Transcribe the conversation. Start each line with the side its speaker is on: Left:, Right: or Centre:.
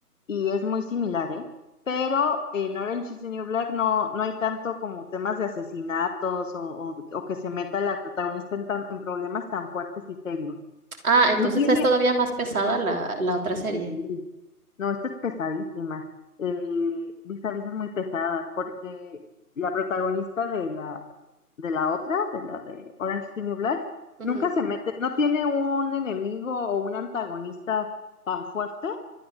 Left: y es muy similar, ¿eh? Pero en Orange is the New Black no, no hay tanto como temas de asesinatos o, o- o que se meta la protagonista en, tan- en problemas tan fuertes y serios.
Right: Ah, entonces
Left: No tiene,
Right: es todavía más pesada la, la otra serie.
Left: sí, No, esta es pesadísima. Eh, Vis a Vis es muy pesada porque la protagonista de la, de la otra, de la de Orange is the New Black,
Right: Ujú.
Left: nunca se mete, no tiene un enemigo o un antagonista tan fuerte